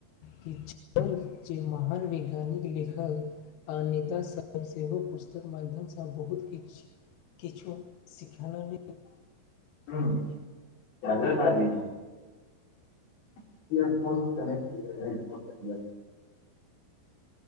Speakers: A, on the left; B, on the left.
A: कि च जे महान वैज्ञानिक लेखक आ नेताास सब सेहो पुस्तक माध्यमसँ बहुत किछु किछो शिखाना नहि
B: हं दादा दादी किये कोनो कनेक्ट अइ फोनसँ